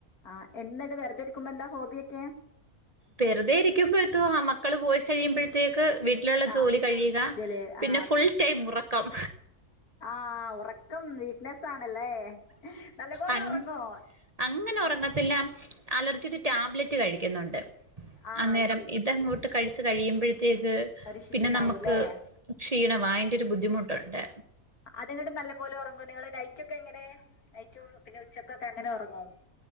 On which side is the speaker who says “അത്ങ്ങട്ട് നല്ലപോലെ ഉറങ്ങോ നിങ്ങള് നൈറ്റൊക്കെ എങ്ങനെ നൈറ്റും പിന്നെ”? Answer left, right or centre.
Left